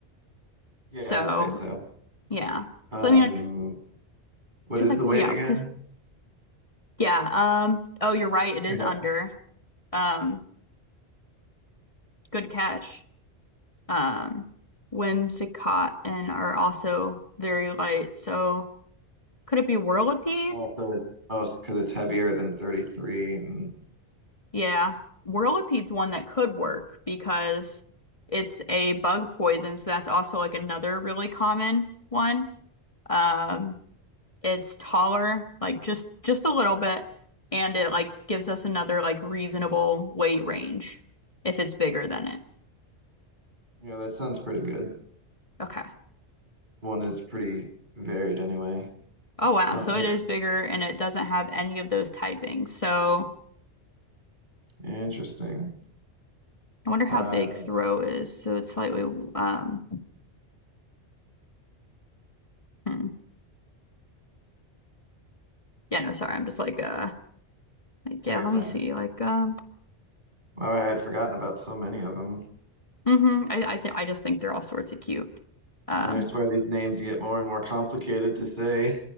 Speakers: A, on the right (about 45°); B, on the left (about 30°).
A: Yeah,
B: So
A: I'd say so.
B: yeah.
A: Um,
B: So I mean like
A: what
B: because
A: is
B: like
A: the
B: well
A: weight
B: yeah,
A: again?
B: cause. Yeah, um, oh, you're right. It is
A: I ha-
B: under. Um, good catch. Um, Whimsicott and are also very light. So could it be Whirlipede?
A: Oh, so it, oh, it's because it's heavier than 33. Mm.
B: Yeah. Whirlipede's one that could work because it's a bug poison, so that's also like another really common one. Um, it's taller, like just just a little bit, and it like gives us another like reasonable weight range if it's bigger than it.
A: Yeah, that sounds pretty good.
B: Okay.
A: One is pretty varied anyway.
B: Oh wow,
A: Oh,
B: so
A: no.
B: it is bigger and it doesn't have any of those typings. So
A: Interesting.
B: I wonder how
A: Uh,
B: big throw is. So it's slightly um hmm. Yeah, no, sorry. I'm just like uh like
A: oh,
B: yeah,
A: you're
B: let
A: fine.
B: me see. Like um
A: Wow, I had forgotten about so many of them.
B: hmm I I th I just think they're all sorts of cute. Um
A: And I swear these names get more and more complicated to say.